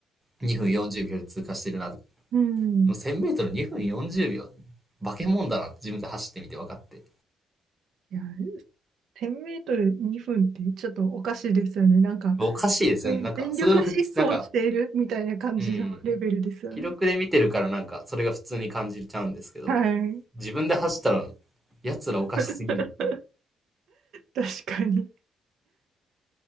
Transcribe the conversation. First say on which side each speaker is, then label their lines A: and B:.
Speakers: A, on the right; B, on the right.
A: 2分40秒で通過してるなとか、
B: うん。
A: 1000メートル2分40秒、化け物だなって自分で走ってみて分かって。
B: いや、1000メートル2分ってちょっとおかしいですよね。なんか、
A: おかしいですよね。
B: ぜ全力疾走しているみたいな感じのレベルですよね。
A: なんか、それをふつ、なんか、うん、記録で見てるからなんか、それが普通に感じちゃうんですけど、
B: はい。
A: 自分で走ったら、やつらおかしすぎる。
B: <laughs>
A: い
B: 確かに。